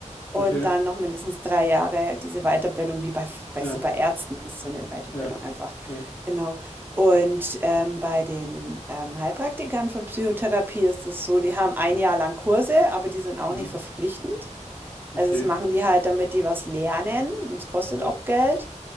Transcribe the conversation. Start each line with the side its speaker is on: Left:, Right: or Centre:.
Right: und
Left: Okay,
Right: dann noch mindestens 3 Jahre diese Weiterbildung, wie bei, weißt
Left: ja.
Right: du, bei Ärzten ist so eine Weiterbildung
Left: Ja,
Right: einfach.
Left: ja.
Right: Genau. Und ähm, bei den ähm, Heilpraktikern für Psychotherapie ist es so, die haben ein Jahr lang Kurse, aber die sind auch
Left: Mhm.
Right: nicht verpflichtend. Also
Left: Okay.
Right: das machen die halt, damit die was lernen. Und es kostet
Left: Mhm.
Right: auch Geld.